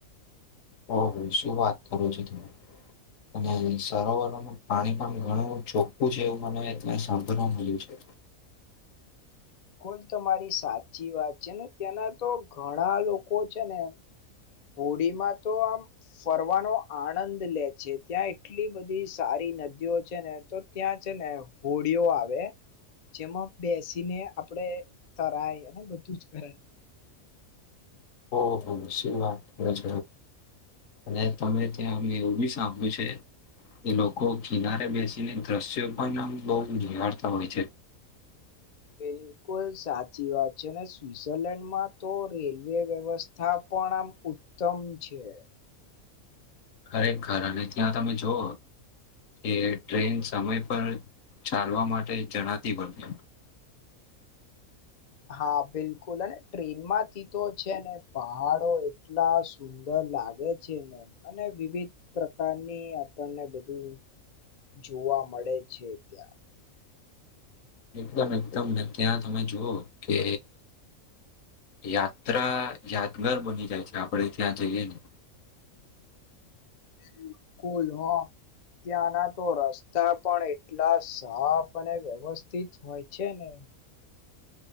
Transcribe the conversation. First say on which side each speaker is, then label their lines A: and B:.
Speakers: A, on the left; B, on the left.
A: હ હ શું વાત કરો છો તમે? અને સરોવરોનું પાણી પણ ઘણું ચોખ્ખું છે એવું મને એટલે સાંભળવા મળ્યું છે.
B: <inaudible> કુલ તમારી સાચી વાત છે ને ત્યાંના તો ઘણા લોકો છે ને હોળીમાં તો આમ ફરવાનો આનંદ લે છે ત્યાં એટલી બધી સારી નદીઓ છે ને તો ત્યાં છે ને હોળીઓ આવે. જેમાં બેસીને આપણેે તરાય અને બધું જ કરય.
A: ઓહ નિશ્ચી વાતજ અને તમે ત્યાં એવું બી સાંભળ્યું છે એ લોકો કિનારે બેસીને દ્રશ્યો પણ બહુ નિહાળતા હોય છે.
B: <inaudible> બિલકુલ સાચી વાત છે અને સ્વઝરલેન્ડમાં તો રેલવે વ્યવસ્થા પણ આ ઉત્તમ છે.
A: ખરેખ ઘર અને ત્યાં તમે જવઓ એ ટ્રેન સમય પર ચાલવા માટે જણાતી બદલે.
B: <inaudible> હા બિલકુલ અને ટ્રેનમાંથી તો છે ને પહાડો એટલા સુંદર લાગે છે ને અને વિવિધ પ્રકારની આપણને બધું જોવા મળે છે ત્યાં.
A: એકદમ એકદમ ને ત્યાં તમે જુઓ કે યાત્રા યાદગાર બની જાય છે આપણેે ત્યાં જઈએ ને.
B: બિલકુલ. ત્યાંના તો રસ્તા પણ એટલા સાફ અને વ્યવસ્થિત હોય છે ને.